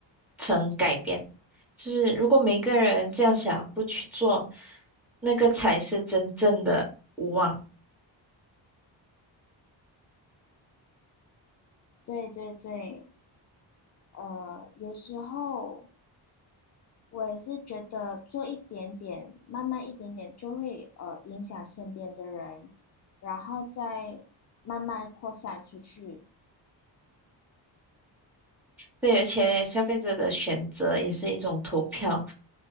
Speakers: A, in the centre; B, on the left (about 40°).
A: 成改变。就是如果每个人这样想，不去做，那个才是真正的无望。
B: 对对对，呃，有时候我也是觉得做一点点，慢慢一点点就会呃影响身边的人，然后再慢慢扩散出去。
A: 对，而且消费者的选择也是一种投票，